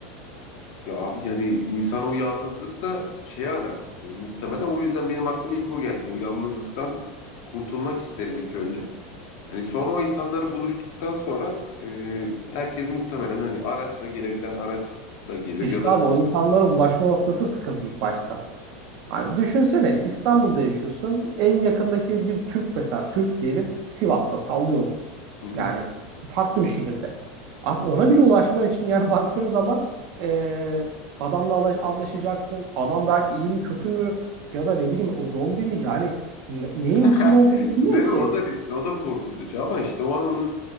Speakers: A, on the left; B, on the right.
A: Ya abi yani insan o yalnızlıkta şey arar. E, muhtemelen o yüzden benim aklıma ilk o geldi. O yalnızlıktan kurtulmak isterim ilk önce. Hani sonra o insanları buluştuktan sonra e, herkes muhtemelen hani araçla gelebilen araçla gelir
B: İşte
A: ya da
B: abi o insanlara bulaşma noktası sıkıntı ilk başta. Hani düşünsene İstanbul'da yaşıyorsun. En yakındaki bir Türk mesela Türk diyelim Sivas'ta sallıyorum.
A: Hı hı.
B: Yani farklı bir şehirde. Abi ona bile ulaşman için yani baktığın zaman e, adamla anlaş- anlaşacaksın. Adam belki iyi mi kötü mü ya da ne bileyim o zombi mi? Yani ne- neyin içinde
A: <laughs>
B: olduğunu bilmiyor
A: değil
B: ki.
A: mi? O da riskli, o da korkutucu ama işte o an onu